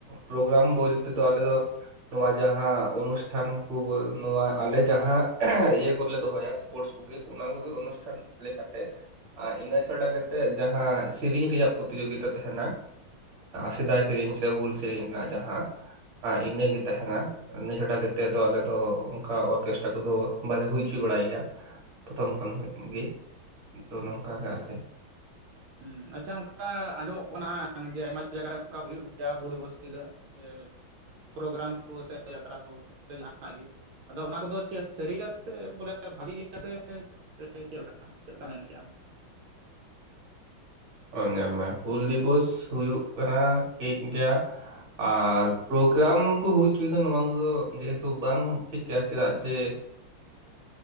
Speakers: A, on the right; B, on the right.
A: ᱯᱨᱳᱜᱨᱟᱢ ᱵᱚᱞᱛᱮ ᱫᱚ ᱟᱞᱮ ᱫᱚ ᱱᱚᱣᱟ ᱡᱟᱦᱟᱸ ᱚᱱᱩᱥᱴᱷᱟᱱ ᱠᱚ ᱱᱚᱣᱟ ᱟᱞᱮ ᱡᱟᱦᱟᱸ ᱤᱭᱟᱹ ᱠᱚᱨᱮ ᱞᱮ ᱫᱚᱦᱚᱭᱟ ᱥᱯᱳᱨᱴᱥ ᱠᱩᱜᱮ ᱚᱱᱟ ᱠᱩᱜᱮ ᱚᱱᱩᱥᱴᱷᱟᱱ ᱞᱮᱠᱟᱛᱮ ᱟᱨ ᱤᱱᱟᱹ ᱪᱷᱟᱲᱟ ᱠᱟᱛᱮᱫ ᱡᱟᱦᱟᱸ ᱥᱤᱨᱤᱧ ᱨᱮᱭᱟᱜ ᱯᱨᱚᱛᱤᱡᱳᱜᱤᱛᱟ ᱛᱟᱦᱮᱱᱟ ᱥᱮᱫᱟᱭ ᱥᱮᱨᱮᱧ ᱥᱮ ᱦᱩᱞ ᱥᱮ ᱥᱮᱨᱮᱧ ᱨᱮᱱᱟᱜ ᱡᱟᱦᱟᱸ ᱤᱱᱟᱹᱜᱮ ᱛᱟᱦᱮᱱᱟ ᱤᱱᱟᱹ ᱪᱷᱟᱰᱟ ᱠᱟᱛᱮ ᱫᱚ ᱟᱞᱮ ᱫᱚ ᱚᱱᱠᱟ ᱚᱨᱠᱮᱥᱴᱟᱨ ᱠᱚᱫᱚ ᱵᱟᱞᱮ ᱦᱩᱭ ᱦᱚᱪᱚᱭ ᱵᱟᱲᱟᱭ ᱜᱮᱭᱟ ᱯᱨᱚᱛᱷᱚᱢ ᱠᱷᱚᱱ ᱜᱮ ᱛᱚ ᱱᱚᱝᱠᱚ ᱜᱮ ᱟᱨᱠᱤ᱾
B: ᱦᱩᱸ ᱟᱪᱪᱷᱟ ᱚᱱᱠᱟ ᱟᱸᱡᱚᱢᱚᱜ ᱠᱟᱱᱟ ᱡᱮ ᱟᱭᱢᱟ ᱡᱟᱭᱜᱟ ᱨᱮ ᱚᱱᱠᱟ ᱦᱩᱭᱩᱜ ᱜᱮᱭᱟ ᱦᱩᱞᱫᱤᱵᱚᱥ ᱦᱤᱞᱳᱜ ᱾ ᱡᱮ ᱯᱨᱳᱜᱨᱟᱢ ᱠᱚ ᱥᱮ ᱡᱟᱛᱨᱟ ᱠᱚ ᱥᱮ ᱡᱟᱦᱟᱱᱟᱜ ᱜᱮ ᱾ ᱟᱫᱚ ᱚᱱᱟ ᱠᱚᱫᱚ ᱪᱮᱫ ᱥᱟᱹᱨᱤ ᱜᱮᱭᱟ ᱥᱮ ᱵᱚᱞᱮ ᱵᱷᱟᱜᱤ ᱜᱮᱭᱟ ᱥᱮ ᱥᱮ ᱪᱮᱞᱠᱟ, ᱪᱮᱞᱠᱟ ᱢᱮᱱ ᱠᱮᱜᱼᱟᱢ?
A: ᱧᱮᱞ ᱢᱮ ᱦᱩᱞ ᱫᱤᱵᱚᱥ ᱦᱩᱭᱩᱜ ᱠᱟᱱᱟ ᱴᱷᱤᱠ ᱜᱮᱭᱟ ᱟᱨ ᱯᱨᱳᱜᱨᱟᱢ ᱠᱚ ᱦᱩᱭ ᱦᱚᱪᱚᱭᱮᱫᱟ ᱱᱚᱣᱟ ᱠᱚᱫᱚ ᱡᱮᱦᱮᱛᱩ ᱵᱟᱝ ᱴᱷᱤᱠ ᱜᱮᱭᱟ ᱪᱮᱫᱟᱜ ᱡᱮ